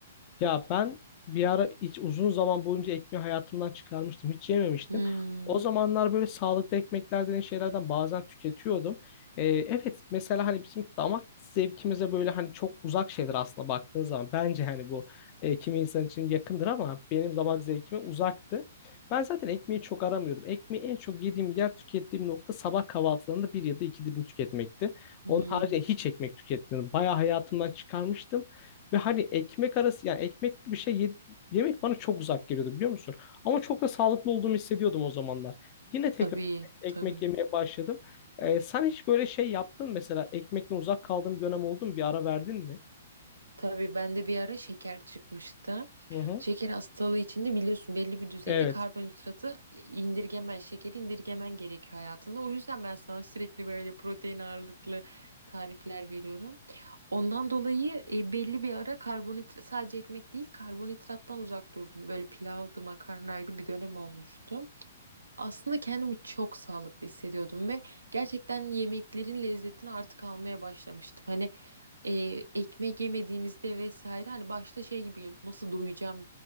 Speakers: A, on the left; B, on the right.
A: Ya ben bir ara hiç uzun zaman boyunca ekmeği hayatımdan çıkarmıştım. Hiç yememiştim.
B: Hmm,
A: O zamanlar böyle sağlıklı ekmekler denen şeylerden bazen tüketiyordum. Ee, evet mesela hani bizim damak zevkimize böyle hani çok uzak şeyler aslında baktığın zaman. Bence hani bu e, kimi insan için yakındır ama benim damak zevkime uzaktı. Ben zaten ekmeği çok aramıyordum. Ekmeği en çok yediğim yer tükettiğim nokta sabah kahvaltılarında bir ya da iki dilim tüketmekti.
B: hmm.
A: Onun haricinde hiç ekmek tüketmedim. Bayağı hayatımdan çıkarmıştım. Ve hani ekmek arası yani ekmekli bir şey ye- yemek bana çok uzak geliyordu biliyor musun? Ama çok da sağlıklı olduğumu hissediyordum o zamanlar. Yine tekrar
B: Tabii,
A: ekmek
B: tabii.
A: yemeye başladım. Ee, sen hiç böyle şey yaptın mesela ekmekten uzak kaldığın bir dönem oldu mu? Bir ara verdin mi?
B: Tabii bende bir ara şeker çıkmıştı.
A: Hı hı.
B: Şeker hastalığı içinde biliyorsun belli bir düzeyde
A: Evet.
B: karbonhidratı indirgemen, şekeri indirgemen gerekiyor hayatında. O yüzden ben sana sürekli böyle protein ağırlıklı tarifler veriyorum. Ondan dolayı e, belli bir ara karbonhidrat sadece ekmek değil karbonhidrattan uzak durdum. Böyle pilavdı, makarnaydı bir dönem olmuştu. Aslında kendimi çok sağlıklı hissediyordum ve gerçekten yemeklerin lezzetini artık almaya başlamıştım. Hani e, ekmek yemediğimizde vesaire hani başta şey gibi geliyor, nasıl doyacağım